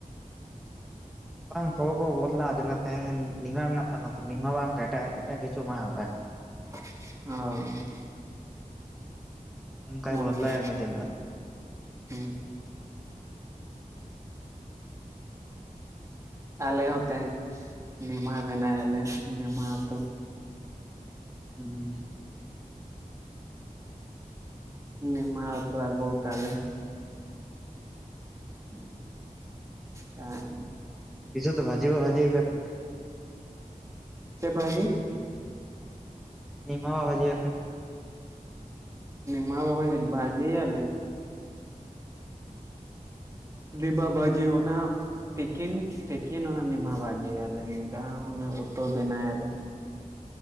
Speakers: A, in the centre; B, on the right.
A: ᱵᱟᱝ ᱠᱚᱚᱵᱚ ᱠᱚ ᱵᱚᱫᱞᱟᱼᱟ ᱡᱮᱫᱠᱟ ᱛᱟᱦᱮᱸ ᱱᱤᱢᱟ ᱢᱮᱱᱟᱜ ᱛᱟᱞᱟ ᱱᱤᱢᱟ ᱵᱟᱝ ᱮ ᱮᱴᱟᱜ ᱠᱤᱪᱷᱩ ᱵᱟᱝ ᱦᱟᱛᱟ
B: ᱚ
A: ᱚᱸᱠᱟᱭ
B: ᱚᱱᱠᱟ
A: ᱵᱚᱫᱽᱞᱟᱭᱟ ᱢᱤᱫ ᱫᱤᱫ ᱵᱟᱫᱽ
B: ᱦᱩᱸ ᱟᱞᱮ ᱦᱚᱸ ᱛᱟᱦᱮᱸ ᱱᱮᱦᱟᱦᱟ ᱵᱮᱱᱟᱣᱞᱮ ᱱᱮᱦᱟᱛ
A: ᱦᱮᱸ
B: ᱮ ᱢᱟᱛᱚ ᱟᱜᱩ ᱠᱟᱞᱮ
A: ᱚ
B: ᱦᱮ
A: ᱠᱪᱷ ᱛᱚ ᱵᱷᱡ ᱵᱟ ᱵᱷᱡᱤ ᱵᱮᱯᱮ
B: ᱪᱮᱫ ᱵᱷᱟᱹᱡᱤ
A: ᱱᱢᱟ ᱟᱡᱟᱭ ᱟᱯᱮ
B: ᱢᱟ ᱵᱟᱵᱟ ᱵᱷᱡᱤ ᱟᱞ ᱟᱹᱰᱤ ᱵᱟᱵᱟᱡ ᱡᱮ ᱚᱱᱟ ᱛᱤᱠᱤᱱ ᱛᱤᱠᱤᱱ ᱚᱱᱟ ᱱᱤᱢᱟ ᱵᱟᱡᱮᱭᱟᱞᱮ ᱱ ᱫᱟᱜ ᱚᱱᱟ ᱩᱛᱩᱟᱹ ᱵᱮᱱᱟᱞᱮ